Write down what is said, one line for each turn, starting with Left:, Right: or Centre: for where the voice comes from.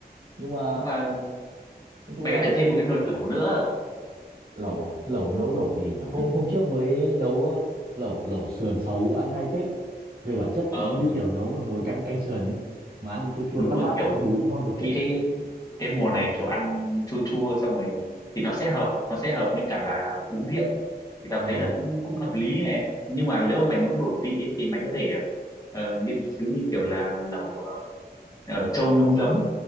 Right: nhưng mà
Left: nhưng mà
Right: nói chung
Left: mày
Right: là
Left: có thể thêm một cái nồi lẩu nữa
Right: lẩu à? lẩu nấu lẩu gì nhỉ
Left: ừ.
Right: hôm hôm trước mới nấu ờ, lẩu lẩu sườn xấu ăn hay phết về bản chất
Left: ờ
Right: nó như kiểu nấu một nồi canh canh sườn ý mà ăn chua chua
Left: đúng
Right: mát
Left: rồi
Right: mát ăn
Left: kiểu
Right: với bún ngon cực
Left: cái cái cái mùa này kiểu ăn chua chua xong rồi thì nó sẽ hợp nó sẽ hợp với cả là uống rượu thì tao
Right: ờ
Left: thấy là cũng cũng hợp lý nè nhưng mà nếu mà mày muốn đổi vị ấy, thì mày có thể ờ, nghiên cứu như kiểu là lẩu ờ, ờ, trâu nhúng giấm